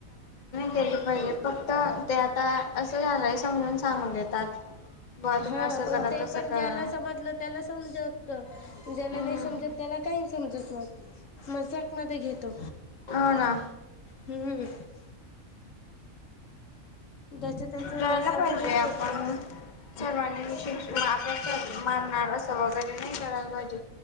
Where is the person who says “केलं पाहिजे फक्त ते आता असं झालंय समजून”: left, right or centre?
Left